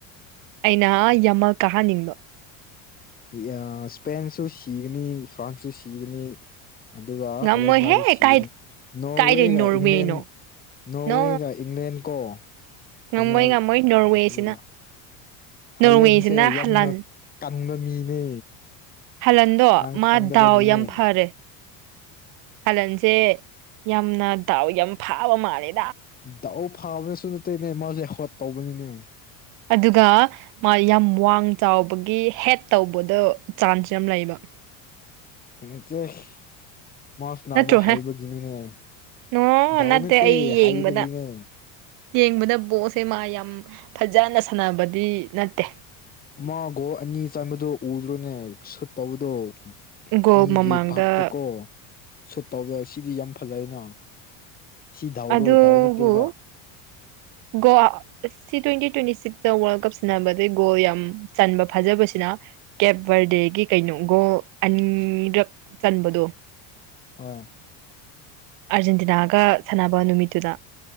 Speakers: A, on the right (about 50°); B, on the left (about 20°).
A: ꯑꯩꯅ ꯌꯥꯝꯃ ꯀꯥꯍꯟꯅꯤꯡꯕ
B: ꯏꯁꯄꯦꯟꯁꯨ ꯁꯤꯒꯅꯤ ꯐ꯭ꯔꯥꯟꯁꯁꯨ ꯁꯤꯒꯅꯤ ꯑꯗꯨꯒ
A: ꯉꯝꯃꯣꯏꯍꯦ
B: ꯑꯔꯖꯦꯟꯇꯤꯅꯥꯗ ꯁꯤꯅꯤ
A: ꯀꯥꯏ
B: ꯅꯣꯔꯋꯦꯒ
A: ꯀꯥꯏꯗꯩ ꯅꯣꯔꯋꯦꯅꯣ
B: ꯏꯪꯂꯦꯟ ꯅꯣꯔꯋꯦꯒ
A: ꯅꯣ
B: ꯏꯪꯂꯦꯟ ꯀꯣ ꯐꯥꯏꯅꯦꯜ
A: ꯉꯝꯃꯣꯏ ꯉꯝꯃꯣꯏ ꯅꯣꯔꯋꯦꯁꯤꯅ
B: ꯂꯥꯛꯀꯅꯦꯕ ꯍꯥꯂꯦꯟꯁꯦ
A: ꯅꯣꯔꯋꯦꯁꯤꯅ
B: ꯌꯥꯝꯅ
A: ꯍꯂꯟ
B: ꯀꯟꯕ ꯃꯤꯅꯦ
A: ꯍꯜꯂꯟꯗꯣ
B: ꯅꯪ
A: ꯃꯥ
B: ꯈꯪꯗꯕꯒꯤꯅꯦ
A: ꯗꯥꯎ ꯌꯥꯝ ꯐꯔꯦ ꯍꯂꯟꯁꯦ ꯌꯥꯝꯅ ꯗꯥꯎ ꯌꯥꯝ ꯐꯥꯕ ꯃꯥꯜꯂꯦ
B: ꯗꯎ ꯐꯥꯕꯅꯁꯨ ꯅꯠꯇꯦꯅꯦ ꯃꯥꯁꯦ ꯍꯣꯠ ꯇꯧꯕꯅꯤꯅꯦ
A: ꯑꯗꯨꯒ ꯃꯥ ꯌꯥꯝ ꯋꯥꯡ ꯆꯥꯎꯕꯒꯤ ꯍꯦꯠ ꯇꯧꯕꯗ ꯆꯥꯟꯁ ꯌꯥꯝ ꯂꯩꯕ
B: <unintelligible> ꯃꯥ ꯁꯅꯕ
A: ꯅꯠꯇ꯭ꯔꯣꯍꯦ
B: ꯍꯩꯕ ꯀꯅꯤꯅꯦ
A: ꯅꯣ
B: ꯗꯥꯎ ꯅꯠꯇꯦ
A: ꯑꯩ
B: ꯍꯩꯕ ꯍꯩꯕꯒꯤꯅꯦ
A: ꯌꯦꯡꯕꯗ ꯌꯦꯡꯕꯗ ꯕꯣꯟꯁꯦ ꯃꯥ ꯌꯥꯝ ꯐꯖꯅ ꯁꯥꯟꯅꯕꯗꯤ ꯅꯠꯇꯦ
B: ꯃꯥ ꯒꯣꯟ ꯑꯅꯤ ꯆꯟꯕꯗꯣ ꯎꯗ꯭ꯔꯣꯅꯦ ꯁꯨꯠ ꯇꯧꯕꯗꯣ
A: ꯒꯣꯜ
B: ꯃꯤꯒꯤ
A: ꯃꯃꯥꯡꯗ
B: ꯚꯛꯇ ꯀꯣ ꯁꯨꯠ ꯇꯧꯗ ꯁꯤꯗꯤ ꯌꯥꯝ ꯐꯖꯩꯅ ꯁꯤ ꯗꯥꯎꯔꯣ
A: ꯑꯗꯨꯕꯨ
B: ꯗꯥꯎ ꯅꯠꯇꯦꯕ
A: ꯒꯣ ꯁꯤ ꯇ꯭ꯋꯦꯟꯇꯤ ꯇ꯭ꯋꯦꯟꯇꯤ ꯁꯤꯛꯁꯇ ꯋꯥꯔꯜ ꯀꯞ ꯁꯟꯅꯕꯁꯦ ꯒꯣꯜ ꯌꯥꯝ ꯆꯟꯕ ꯐꯥꯖꯕꯁꯤꯅ ꯀꯦꯞ ꯕꯔꯗꯦꯒꯤ ꯀꯩꯅꯣ ꯒꯣꯟ ꯑꯅꯤꯔꯛ ꯆꯟꯕꯗꯣ
B: ꯍꯣꯏ
A: ꯑꯥꯔꯖꯦꯟꯇꯤꯅꯥꯒ ꯁꯥꯟꯅꯕ ꯅꯨꯃꯤꯠꯇꯨꯗ